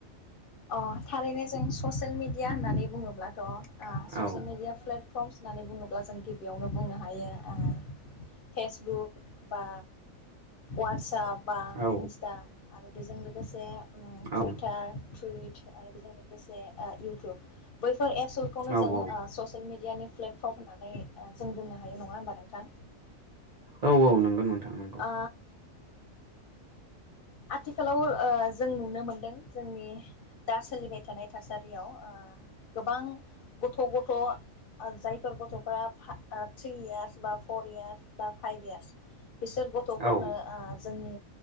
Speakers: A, on the left; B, on the right.
A: अ थारैनो जों ससियेल मि दिया होननानै बुङोब्ला थ आ ससियेल
B: औ
A: मिडिया फ्लेत फर्मस होन्नानै बुङोब्ला जों गिबियावनो बुंनो हायो ओ फेसबुक बा वाटसाप बा
B: औ
A: इन्सटा आरो बेजों लोगोसे उम
B: औ
A: टुइटार टुइट आरो बेजों लोगोसे ओ इउटुब बै फोर एप्स फोरफोरखौनो
B: औ
A: जों
B: औ
A: ससियेल मि डियानि प्लेटफर्म होननानै ओ जों बुंनो हायो नङा होमबा नोंथां?
B: औ औ नंगौ नोंथां नंगौ
A: आ आथिखालाव ओ जों नुनो मोनदों जोंनि दा सोलिबाय थानाय थासारियाव ओ गोबां गथ' गथ' जायफोर गथ'फ्रा फा ओ थ्रि यार्स बा फर इयार्स बा फाइभ इयार्स बिसोर गथ'फोरनो
B: औ
A: ओ जोंनि